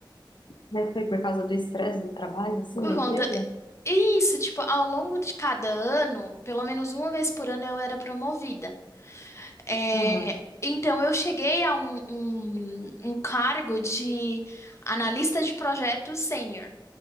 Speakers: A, on the left; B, on the left.
A: Mas foi por causa do estresse do trabalho, assim,
B: <laughs> por
A: na empresa?
B: conta e Isso, tipo, ao longo de cada ano, pelo menos uma vez por ano eu era promovida. É,
A: Aham.
B: então eu cheguei a um, um um cargo de analista de projetos sênior.